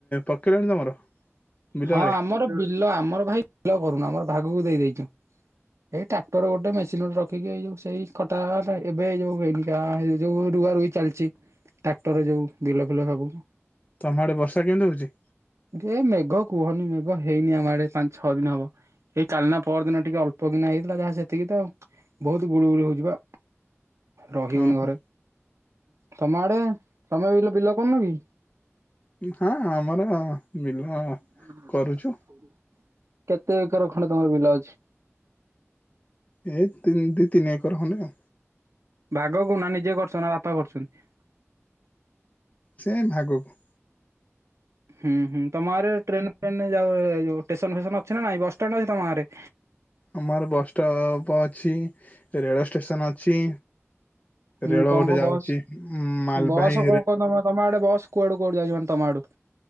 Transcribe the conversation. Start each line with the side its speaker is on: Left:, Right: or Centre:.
Left: ପକେଇଲଣି ତମର। ବିଲ
Right: ହଁ
Left: ଆଡେ
Right: ଆମର ବିଲ ଆମର ଭାଇ ବିଲ କରୁନୁ ଆମର ଭାଗକୁ ଦେଇ ଦେଇଛୁ। ଏଇ ଟ୍ରାକ୍ଟର ଗୋଟେ ମେସିନ୍ ଗୋଟେ ରଖିକି ଏଇ ଯୋଉ ସେଇ କଟା କଟା ଏବେ ଏ ଯୋଉ ହେଇନି କା ହେଇ ଯୋଉ ରୁଆ ରୁଈ ଚାଲିଛି ଟ୍ରାକ୍ଟରରେ ଯୋଉ ବିଲ ଫିଲ ସବୁ।
Left: ତମ ଆଡେ ବର୍ଷା କେମିତି ହଉଛି?
Right: ଯେ ମେଘ କୁହନି ମେଘ ହେଇନି ଆମ ଆଡେ ପାଞ୍ଚ ଛଅ ଦିନ ହବ ଏଇ କାଲିନା ପହରଦିନ ଟିକେ ଅଲ୍ପ କିନା ହେଇଥିଲା ଯାହା ସେତିକି ଆଉ ବହୁତତୁ ଗୁଳୁଗୁଳି ହଉଛିି ପା। ରହିିହଉନି
Left: ଉଁ
Right: ଘରେ ତମ ଆଡେ ତମେ ବିଲ ଫିଲ କରୁନ କି?
Left: ହଁ ଆମର ବିଲ।
Right: ଆଜ୍ଞା ନମ ନମସ୍କାର
Left: କରୁଛୁ
Right: ଆ କେତେ ଏକର ଖଣ୍ଡ ତମର ବିଲ ଅଛି?
Left: ଏଇ ତିନ ଦି ତିନି ଏକର ଖଣ୍ଡେ।
Right: ଭାଗ କୁ ନା ନିଜେ କରୁଛ ନା ବାପା କରୁଛନ୍ତି?
Left: ସେଇ ଭାଗକୁ।
Right: ହୁଁ ହୁଁ ତମ ଆରେ ଆଡ଼େ ଟ୍ରେନ ଫ୍ରେନ ଯାଉ ଏ ଯୋଉ ଟେସନ ଫେସନ ଅଛି ନା ନାଇଁ ବସ୍ ଷ୍ଟାଣ୍ଡ ଅଛି ତମ ଗାଁ ରେ?
Left: ଆମର ବସ୍ ଷ୍ଟପ୍ ଅଛି ରେଳ ଷ୍ଟେସନ ଅଛି।
Right: ହୁଁ
Left: ରେଳ
Right: କଣ
Left: ଗୋଟେ
Right: କଣ
Left: ଯାଉଛି
Right: ବସ୍
Left: ମାଲବାହୀ
Right: ବସ କଣ କଣ ତମ ତମ ଆଡେ? ବସ୍ କୁଆଡୁ କୁଆଡୁ ଯାଉଛି ମାନେ ତମ ଆଡୁ?